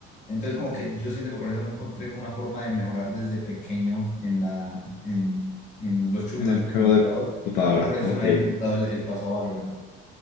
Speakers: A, on the left; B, on the left.
A: Entonces, como que yo siento que por eso no encontré como una forma de mejorar desde pequeño en la, en, en los shooters
B: En un
A: de
B: juego
A: computador.
B: de computadora,
A: Y por eso
B: ok.
A: se me ha dificultado el, el paso a Valorant.